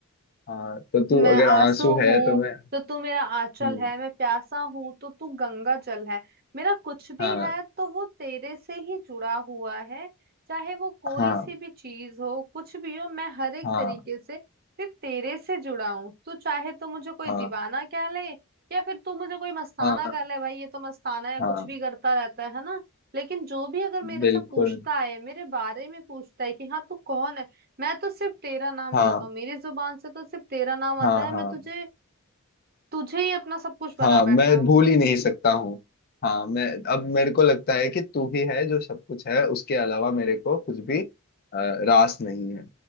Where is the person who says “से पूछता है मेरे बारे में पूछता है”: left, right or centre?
Right